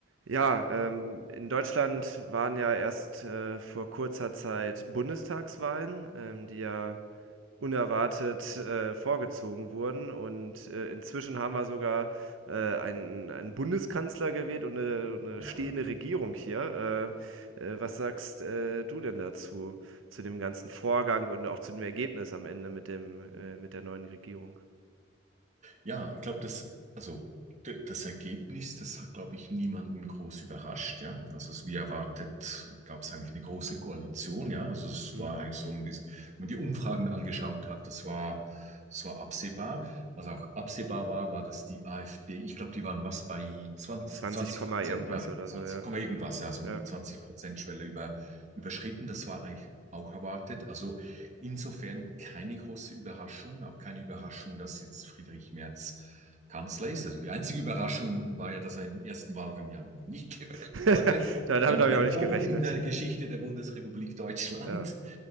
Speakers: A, on the right; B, on the right.
A: Ja, ähm, in Deutschland waren ja erst äh, vor kurzer Zeit Bundestagswahlen, ähm, die ja unerwartet äh, vorgezogen wurden. Und äh, inzwischen haben wir sogar äh, einen, einen Bundeskanzler gewählt und eine, eine
B: Genau,
A: stehende
B: ja.
A: Regierung hier. Äh, äh, was sagst äh, du denn dazu, zu dem ganzen Vorgang und auch zu dem Ergebnis am Ende mit dem, äh, mit der neuen Regierung?
B: Ja, ich glaube, das, also d- das Ergebnis, das hat, glaube ich, niemanden groß überrascht, ja. Also es, wie erwartet, gab es eigentlich eine große Koalition, ja. Also es
A: Hm?
B: war eigentlich so ein bisschen, wenn man die Umfragen angeschaut hat, das war, das war absehbar. Was auch absehbar war, war, dass die AfD, ich glaube, die waren was bei zwanzig
A: 20,
B: 20
A: Komma
B: Prozent,
A: irgendwas
B: ja.
A: oder
B: 20,
A: so, ja.
B: Komma
A: Ja.
B: irgendwas, ja. also um
A: ja.
B: die 20 Prozent Schwelle über, überschritten. Das war eigentlich auch erwartet. Also Insofern keine große Überraschung, auch keine Überraschung, dass jetzt Friedrich Merz Kanzler ist. Also die einzige Überraschung war ja, dass er im ersten Wahlgang ja noch nicht <laughs> gewählt
A: <laughs>
B: wurde.
A: ja, damit
B: Ein,
A: habe
B: ein
A: ich auch nicht
B: Novum
A: gerechnet.
B: in der Geschichte der Bundesrepublik Deutschland.
A: Ja,